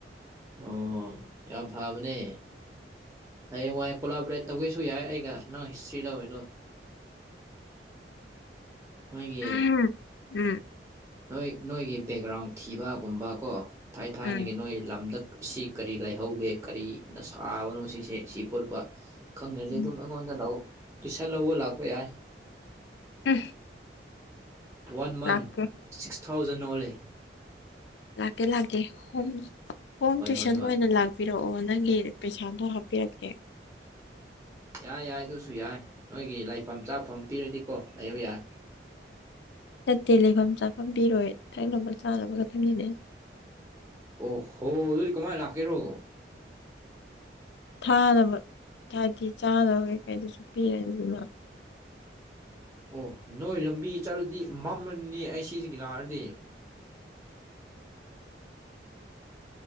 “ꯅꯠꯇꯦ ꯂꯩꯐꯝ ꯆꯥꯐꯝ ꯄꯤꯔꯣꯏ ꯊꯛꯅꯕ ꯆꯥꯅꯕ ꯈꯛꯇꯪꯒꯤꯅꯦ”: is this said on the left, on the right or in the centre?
Left